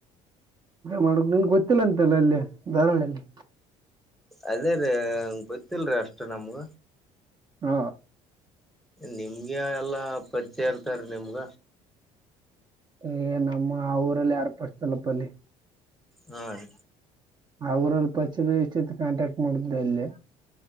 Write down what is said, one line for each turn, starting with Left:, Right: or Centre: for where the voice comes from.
Right: ಮಾಡಕ್ ನನ್ಗ್ ಗೊತ್ತಿಲ್ಲ ಅಂತಲ್ಲ ಅಲ್ಲಿ ಧಾರಾಳಲ್ಲಿ
Centre: ಅದೇ ರೀ ಗೊತ್ತಲ್ರಿ ಅಷ್ಟು ನಮ್ಗ
Right: ಹ್ಮ
Centre: ನಿಮ್ಗೆ ಎಲ್ಲಾ ಪರಿಚಯ ಇರ್ತಾರ ನಿಮ್ಗ
Right: ಏ ನಮ್ಮ ಆ ಊರಲ್ಲಿ ಯಾರ್ು ಪರ್ಸ್ತಲ್ಲಪ ಅಲ್ಲಿ
Centre: ಹಾ ರೀ
Right: ಅವ್ರಲ್ಲಿ ಪಚ್ಚಿದ ಇಷ್ಟಿತ್ತು ಕಾಂಟ್ಯಾಕ್ಟ್ ಮಾಡ್ದ ಅಲ್ಲಿ